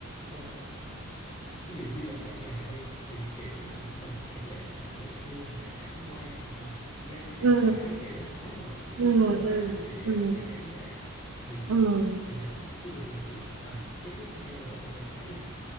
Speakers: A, on the left; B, on the right.
A: ờ, ví dụ du lịch đại trà đi thì kiểu là mình sẽ dễ làm bị hư hại cảnh quan hoặc là gây rác
B: ừ,
A: thải kiểu là xói mòn những
B: ừ,
A: cái văn hóa
B: ừ,
A: bản địa
B: ừ,
A: đó, kiểu kiểu vậy á thì
B: ừ, ừ,
A: thì đó nha ví dụ như chị và cái tiếp theo nữa thì em thấy là